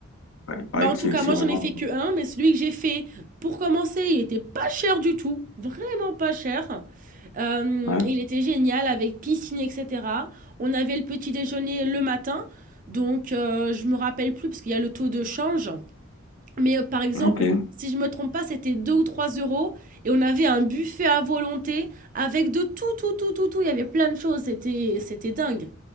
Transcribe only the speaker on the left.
ouais, il paraît
que
c'est,
c'est
vraiment.
Ouais,
ok.